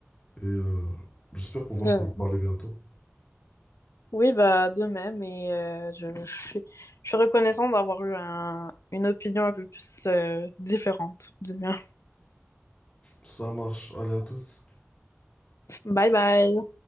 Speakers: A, on the left; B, on the left.
A: et euh, j'espère pouvoir
B: De même.
A: t'en parler bientôt.
B: Oui, bah de même, et euh, je, je suis, je suis reconnaissante d'avoir eu un- une opinion un peu plus euh, différente du mien.
A: Ça marche, allez à toutes.
B: Bye bye!